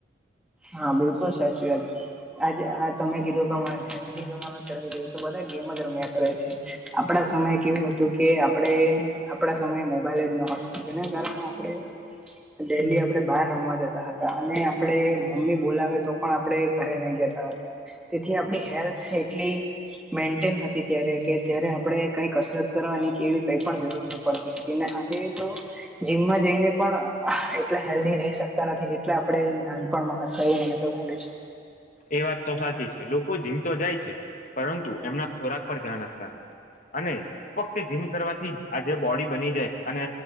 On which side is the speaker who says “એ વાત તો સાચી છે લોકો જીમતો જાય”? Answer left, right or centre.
Left